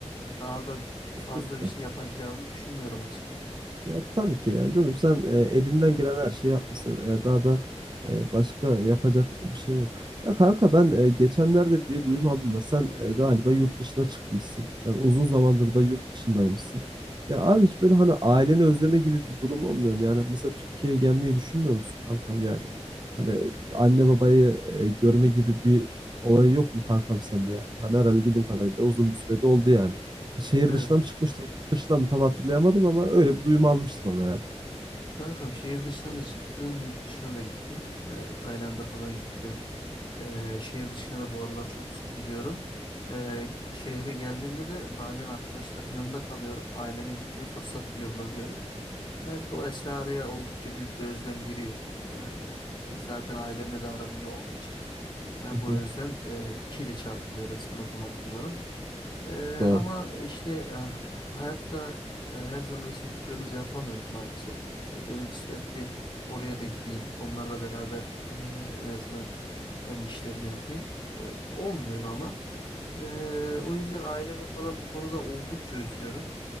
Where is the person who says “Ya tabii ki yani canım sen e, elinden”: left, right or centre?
Right